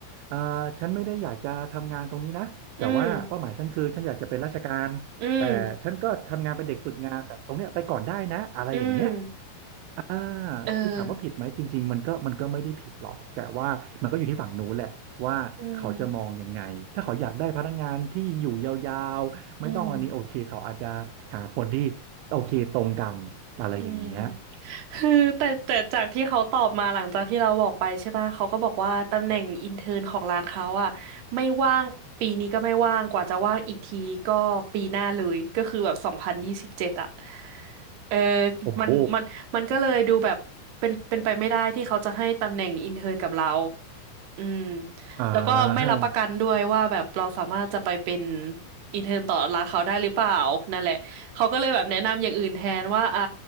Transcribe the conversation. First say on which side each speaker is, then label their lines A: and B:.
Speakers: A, on the right; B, on the right.
A: เอ่อฉันไม่ได้อยากจะทำงานตรงนี้นะแต่ว่าเป้าหมายฉันคือฉันอยากจะเป็นราชการแต่ฉันก็ทำงานเป็นเด็กฝึกงานแต่ตรงเนี้ยไปก่อนได้นะอะไรอย่างเงี้ย
B: อืมอืมอืม
A: อ่า
B: เออ
A: คือถามว่าผิดไหม จริงๆมันก็มันก็ไม่ได้ผิดหรอก แต่ว่ามันก็อยู่ที่ฝั่งนู้นแหละว่าเขาจะมองยังไง
B: อืม
A: ถ้าเขาอยากได้พนักงานที่อยู่ยาวๆไม่ต้องอันนี้โอเคเขาอาจจะหาคนที่โอเคตรงกันอะไรอย่างเงี้ย
B: อืมอืม คือแต่แต่จากที่เขาตอบมาหลังจากที่เราบอกไปใช่ป่ะเขาก็บอกว่าตำแหน่งอินเทิร์นของร้านเขาอ่ะไม่ว่างปีนี้ก็ไม่ว่างกว่าจะว่างอีกทีก็ปีหน้าเลยก็คือแบบสองพันยี่สิบเจ็ดอ่ะเออ
A: โอ้โห
B: มันมันมันก็เลยดูแบบเป็นเป็นไปไม่ได้ที่เขาจะให้ตำแหน่งอินเทิร์นกับเรา อืม
A: อ่า
B: แล้วก็ไม่รับประกันด้วยว่าแบบเราสามารถจะไปเป็น
A: ให้
B: อินเทอร์นต่อร้านเขาได้หรือเปล่านั่นแหละเขาก็เลยแบบแนะนำอย่างอื่นแทนว่าอ่า